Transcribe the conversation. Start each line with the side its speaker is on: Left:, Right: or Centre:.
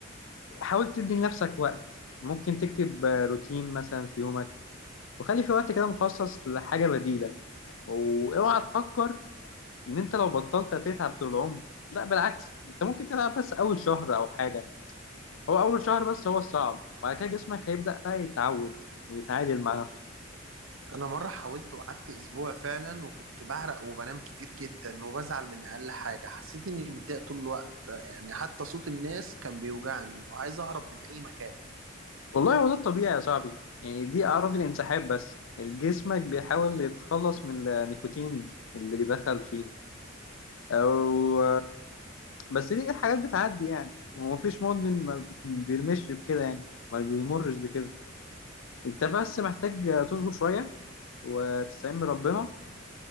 Left: حاول تدي لنفسك وقت ممكن تكتب آه، روتين مثلا في يومك وخلي في وقت كده مخصص لحاجه بديله واوعى تفكر ان انت لو بطلت هتتعب طول العمر لا بالعكس انت ممكن تلعب بس اول شهر او حاجه هو اول شهر بس هو الصعب بعد كده جسمك هيبدأ بقى يتعود ويتعادل مع نفسه
Right: انا مرة حاولت وقعدت اسبوع فعلا وكنت بعرق وبنام كتير جدا وبزعل من اقل حاجة حسيت اني متضايق طول الوقت يعني حتى صوت الناس كان بيوجعني وعايز اهرب من اي مكان
Left: والله هو ده الطبيعي يا صاحبي يعني دي اعراض الانسحاب بس جسمك بيحاول يتخلص من النيكوتين اللي دخل فيه او بس دي حاجات بتعدي يعني ومفيش مدمن ما بيرمش بكده يعني ما بيمرش بكده انت بس محتاج تصبر شوية وتستعين بربنا